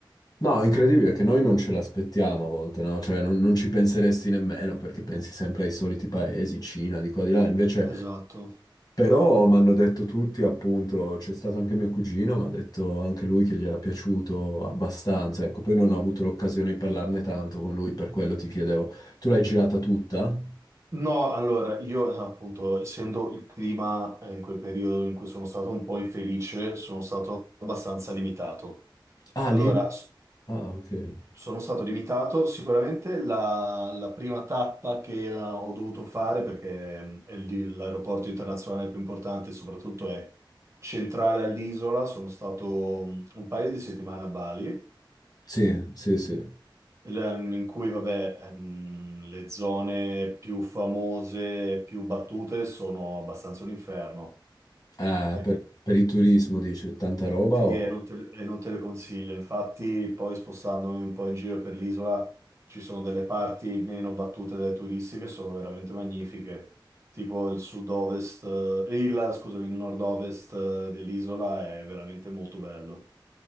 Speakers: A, on the left (about 50°); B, on the right (about 35°).
A: No, è incredibile che noi non ce l'aspettiamo a volte, no? Cioè non, non ci penseresti nemmeno perché pensi sempre ai soliti paesi, Cina, di qua di là, invece
B: Esatto.
A: però mi hanno detto tutti, appunto, c'è stato anche mio cugino, mi ha detto anche lui che gli era piaciuto abbastanza, ecco, poi non ho avuto l'occasione di parlarne tanto con lui, per quello ti chiedevo, tu l'hai girata tutta?
B: No, allora, io appunto, essendo il clima eh, in quel periodo in cui sono stato un po' infelice, sono stato abbastanza limitato.
A: Ah,
B: Allora,
A: lì?
B: s-
A: Ah, ok. Eh,
B: sono stato limitato sicuramente la, la prima tappa che eh, ho dovuto fare, perché mm, è lì l'aeroporto internazionale più importante, soprattutto è centrale all'isola, sono stato mm, un paio di settimane a Bali.
A: Sì, sì, sì.
B: l- in cui vabbè, ehm, le zone più famose, più battute sono abbastanza un inferno
A: Eh,
B: e,
A: per, per il turismo dici, tanta roba
B: sì,
A: o...
B: e non te, e non te le consiglio. Infatti, poi spostandomi un po' in giro per l'isola, ci sono delle parti meno battute dai turisti che sono veramente magnifiche, tipo il sud-ovest, eh, il, scusami, il nord-ovest eh, dell'isola è veramente molto bello.